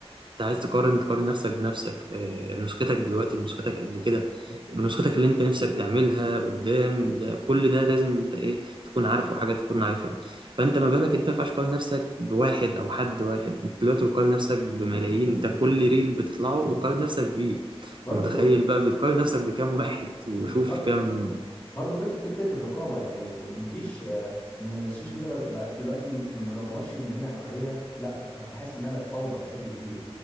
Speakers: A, on the right (about 50°); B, on the left (about 15°).
A: انت عايز تقارن تقارن نفسك بنفسك آه، نسختك دلوقتي بنسختك قبل كده بنسختك اللي انت نفسك تعملها قدام ده كل ده لازم انت ايه تكون عارفه حاجه تكون عارفها فانت ما بالك انت ما ينفعش تقارن نفسك بواحد او حد واحد انت دلوقتي بتقارن نفسك بملايين انت كل ريل بتطلعه بتقارن نفسك بيه انت
B: برضو
A: متخيل بقى بتقارن نفسك بكام واحد
B: بالظبط
A: وشوف كام
B: برضه فك- فكره الرقابه يعني ان مفيش آه، ان السوشيال ميديا بقت بقت دلوقتي ما تعتبرش ان هي حريه لا ده- انا بحس انها بقت فوضى بشكل كبير